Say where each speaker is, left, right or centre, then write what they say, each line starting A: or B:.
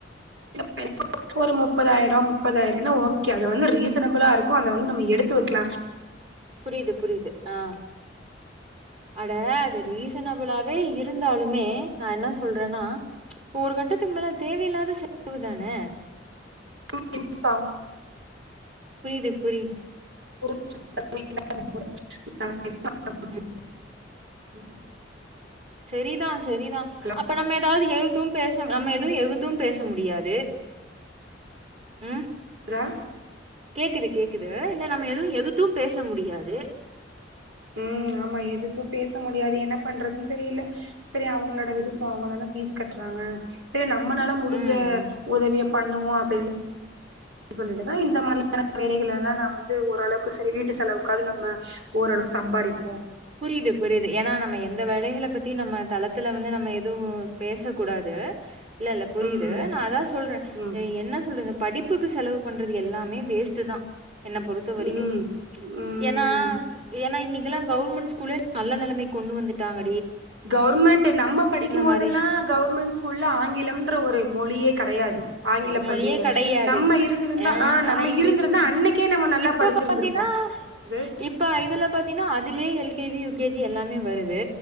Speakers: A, on the right; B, on the right.
A: <unintelligible> ஒரு முப்பதாயிர முப்பதாயிரன்னா ஓகே அது வந்து ரீசனபிளா இருக்கு அத வந்து நம்ம எடுத்து வக்கலா
B: புரியுது புரியுது ஆஹ அட அது ரீசனபிளாவே இருந்தாலுமே நா என்ன சொல்றேன்னா இப்ப ஒரு கட்டத்துக்கு மேல அது தேவையில்லாத செலவு தானே
A: <unintelligible> புரிஞ்
B: புரியுது புரியுது
A: <unintelligible> <unintelligible>
B: ம்
A: ம்
B: செரிதா செரிதா
A: புரிஞ்சுக்கலாம்
B: அப்ப நம்ம ஏதாவது எழுதும் பேச து நம்ம எதுவு எதுத்து பேச முடியாது ம்
A: குதா
B: கேக்குது கேக்குது இல்ல நம்ம எதுவு எதுத்து பேச முடியாது
A: ம் ஆமா எதுத்து பேச முடியாது என்ன பண்றதுன் தெரியில செரி அவங்களோட விருப்போ அவுங்கதான ஃபீஸ் கட்றாங்க செர் ந ம்மனால முடிஞ்ச
B: ம் ம்.
A: உதவிய பண்ணுவோ அப்டின் சொல்லிட்டுதா இந்த மாரியான வேலைகள் எல்லா நா வந்து ஓரளவுக்கு செரி வீட்டு செலவுக்காது நம்ம ஓரளவுக் சம்பாரிப்போ
B: புரியிது புரியிது ஏன்னா நம்ம எந்த வேலைகள பத் த்தி நம்ம தளத்துல வந்து நம்ம எதுவு பேச கூடாது இல்ல ல்ல புரியுது
A: ம்
B: நா அதா சொல்றே
A: ம்
B: அ என்ன சொல்றது படிப்புக்கு செலவு பண்ற து எல்லாமே வேஸ்ட்டு தா என்ன பொறுத்த வரிக்கு
A: ம் ம்
B: ச்ச்
A: ம்
B: ஏன்னா ஏன்னா இன்னிக் லா கவுர்மெண் ஸ்கூலே நல்ல நெலமைக் கொண்டு வந்துட்டாங்க
A: கவுர்மெண்ட்டு நம்ம படிக்கும் போதெல்லா
B: மாதிரி
A: கவுர்மெண் ஸ்கூல்ல ஆங்கிலம்ன்ற ஒரு மொழியே கெடையாது ஆங்கில
B: ம்மையே
A: பள்ளின்னு
B: கெடையாது
A: நம்ம இருந்திருந்தா
B: அ
A: ஆ
B: ஆனா
A: நம்ம
B: இப்ப
A: இருந்திருந்தா
B: இப்ப
A: அன்னைக்கே நம்ம நல்லா
B: இப்ப
A: படிச்சிருந்திருப்போ
B: பாத்தீன்னா
A: இது
B: இப்ப இதுல பாத்தீன்னா அதுல்யே எல் கேஜி யூகேஜி எல்லாமே வருது